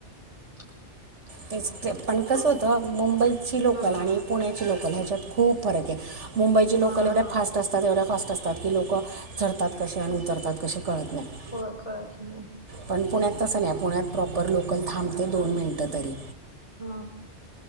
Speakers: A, on the left; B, on the right.
A: <inaudible>
B: तेच ते पण कसं होतं मुंबईची लोकल
A: हा
B: आणि पुण्याची लोकल ह्याच्यात खूप फरके मुंबईची
A: हा
B: लोकल एवढ्या फास्ट असतात एवढ्या फास्ट असतात की लोक चढतात कसे आणि उतरतात कसे कळत नाही
A: होय कळत नाही.
B: पण पुण्यात तसं नाही पुण्यात प्रॉपर लोकल थांबते दोन मिनटं तरी
A: हा.